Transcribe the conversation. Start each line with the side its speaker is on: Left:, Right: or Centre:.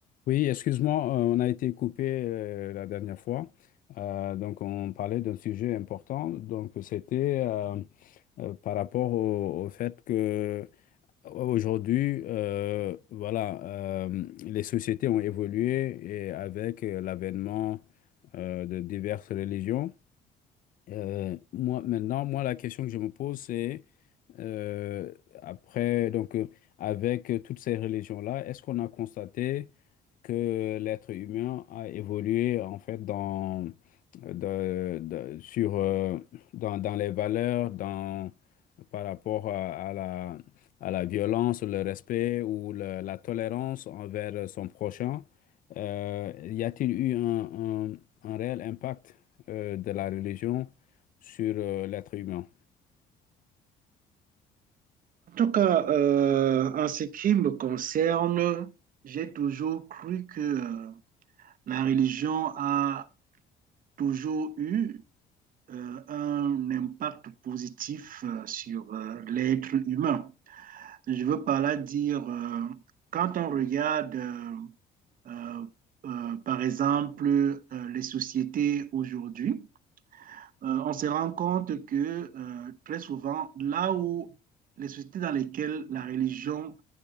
Left: Oui, excuse-moi, euh, on a été coupé euh, la dernière fois. Euh, donc, on parlait d'un sujet important. Donc, c'était euh, euh, par rapport au, au fait que euh, aujourd'hui, euh, voilà, euh, les sociétés ont évolué et avec euh, l'avènement euh, de diverses religions. Euh, moi, maintenant, moi, la question que je me pose, c'est euh, après, donc, euh, avec toutes ces religions-là, est-ce qu'on a constaté que l'être humain a évolué en fait dans, de- de- sur, euh, dans, dans les valeurs, dans, par rapport à, à la, à la violence, le respect ou le- la tolérance envers son prochain. Euh, y a-t-il eu un, un- un réel impact euh, de la religion sur euh, l'être humain?
Right: En tout cas, euh, en ce qui me concerne, j'ai toujours cru que euh, la religion a toujours eu euh, un impact positif euh, sur euh, l'être humain. Je veux par là dire, euh, quand on regarde, euh, euh, euh, par exemple, euh, les sociétés aujourd'hui, euh, on se rend compte que euh, très souvent, là où les sociétés dans lesquelles la religion